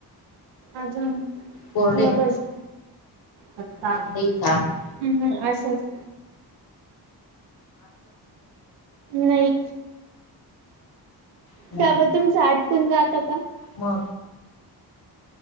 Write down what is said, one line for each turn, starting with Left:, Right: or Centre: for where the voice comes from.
Right: अजूनता,
Left: कोरडे
Right: एवढच हा ताक
Left: दही
Right: देता.
Left: ताक
Right: हम् असंच नाही.
Left: ह.
Right: त्या ब तुमच आटकून जात का.
Left: मग